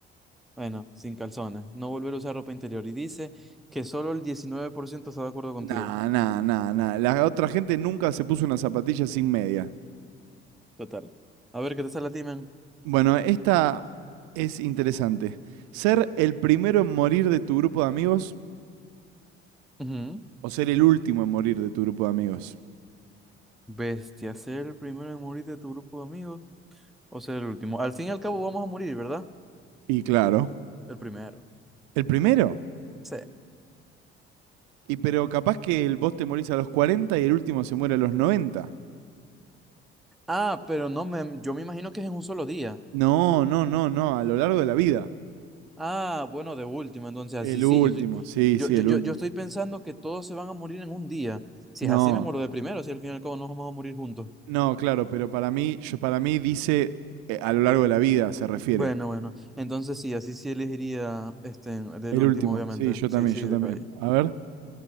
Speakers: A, in the centre; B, on the right (about 65°).
A: Bueno, sin calzones, no volver a usar ropa interior. Y dice que solo el 19% está de acuerdo contigo.
B: Nah, nah, nah, nah. La otra gente nunca se puso una zapatilla sin media.
A: Total. A ver, ¿qué te sale a ti, men?
B: Bueno, esta es interesante. ¿Ser el primero en morir de tu grupo de amigos
A: Ujú.
B: o ser el último en morir de tu grupo de amigos?
A: Bestia, ser el primero en morir de tu grupo de amigos o ser el último. Al fin y al cabo vamos a morir, ¿verdad?
B: Y claro,
A: El primero.
B: ¿el primero?
A: Sí.
B: Y pero capaz que el vos te morís a los 40 y el último se muere a los 90.
A: Ah, pero no, me, yo me imagino que es en un solo día.
B: No, no, no, no, a lo largo de la vida.
A: Ah, bueno, de último, entonces
B: El
A: así sí,
B: último,
A: yo soy,
B: sí,
A: yo,
B: sí,
A: yo,
B: el
A: yo,
B: último.
A: yo estoy pensando que todos se van a morir en un día. Si
B: No.
A: es así, me muero de primero, si al fin y al cabo nos vamos a morir juntos.
B: No, claro, pero para mí, yo, para mí dice eh, a lo largo de la vida, se refiere.
A: Bueno, bueno. Entonces sí, así sí elegiría este del
B: El
A: último,
B: último,
A: obviamente.
B: sí, yo
A: Sí,
B: también,
A: sí,
B: yo
A: de
B: también.
A: calle.
B: A ver.